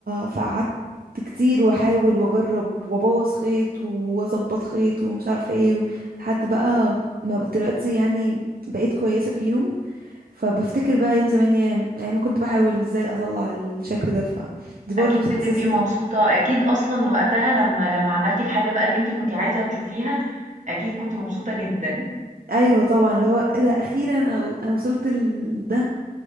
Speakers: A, on the right (about 75°); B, on the right (about 50°).
A: فقعدت كتير واحاول واجرب وابوظ خيط واظبط خيط ومش عارفه ايه و- لحد بقى ما ب- دلوقتي يعني بقيت كويسه فيهم فبفتكر بقى ايام زمان يا ايام ما كنت بحاول ازاي اطلع الشكل ده فدي برضو
B: أكيد
A: بتحسسني
B: بتبقي مبسوطة،
A: إن-
B: أكيد أصلًا وقتها لمّا لمّا عملتِ الحاجة بقى اللي أنتِ كنتِ عايزة تشوفيها، أكيد كنتِ مبسوطة جدًا.
A: ايوه طبعا اللي هو ايه ده اخيرا انا انا وصلت لده